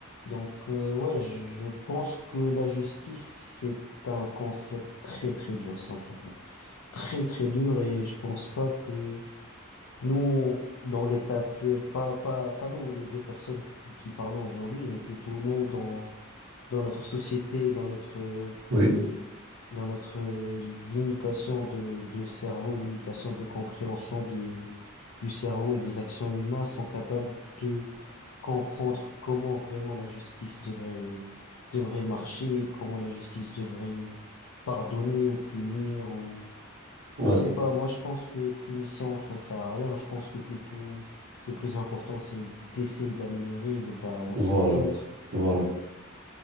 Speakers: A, on the left; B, on the right.
A: Donc, euh, ouais, je, je pense que la justice, c'est un concept très, très dur, sincèrement. Très, très dur et je pense pas que nous, dans l'état actuel, pas, pas, pas nous, les deux personnes qui, qui parlons aujourd'hui, mais plutôt nous dans dans notre société, dans notre, euh,
B: Oui.
A: dans notre euh, limitation de, de cerveau et limitation de compréhension du, du cerveau et des actions humaines sont capables de comprendre comment vraiment la justice devrait, devrait marcher, comment la justice devrait pardonner ou punir ou,
B: ouais,
A: je sais pas, moi je pense que punition ça ne sert à rien, je pense que plutôt le plus important c'est d'essayer d'améliorer et de faire avancer
B: voilà,
A: les autres.
B: voilà.